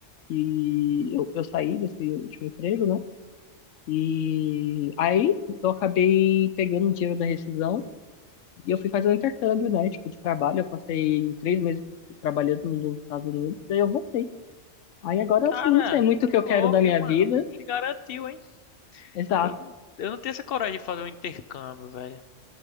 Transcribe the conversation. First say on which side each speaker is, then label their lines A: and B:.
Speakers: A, on the left; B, on the left.
A: que eu, eu saí desse último emprego, né? E aí eu acabei pegando o dinheiro da rescisão e eu fui fazer um intercâmbio, né? Tipo, de trabalho. Eu passei três meses trabalhando nos Estados Unidos, daí eu voltei. Aí agora
B: Cara,
A: assim não sei muito o
B: que
A: que eu
B: louco,
A: quero da minha
B: hein, mano?
A: vida.
B: Se garantiu, hein?
A: Exato,
B: Eu, não- eu não tenho essa coragem de fazer um intercâmbio, velho.